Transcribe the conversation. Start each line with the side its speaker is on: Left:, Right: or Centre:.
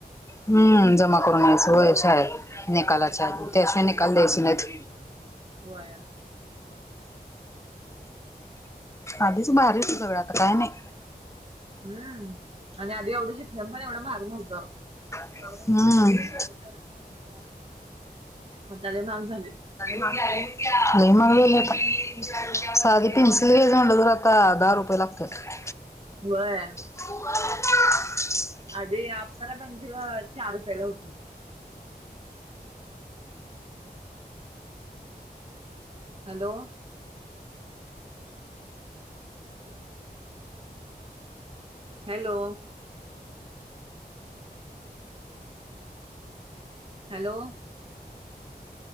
Left: हं.. जमा करून यायचं व्हयं शाळेत निकालाच्या
Right: हम्म.
Left: त्याशिवाय नि काल द्यायची नाहीत.
Right: व्हयं.
Left: आधीच भारी हुतं सगळं, आता काय नाही.
Right: हा आणि आधी एवढं शिक्षण पण एवढं महाग नव्हतं.
Left: हं...
Right: मग
Left: लई
Right: त्याले महाग झाले.
Left: महाग झालयं आता, साधी पेन्सिल घ्यायचं म्हणलं तर आता दहा रुपये लागत्यात.
Right: व्हयं.
Left: आई हे काढ.
Right: आधी अप्सरा पेन्सिल अं चार रुपयाला होती. Hello. <inaudible> Hello. Hello.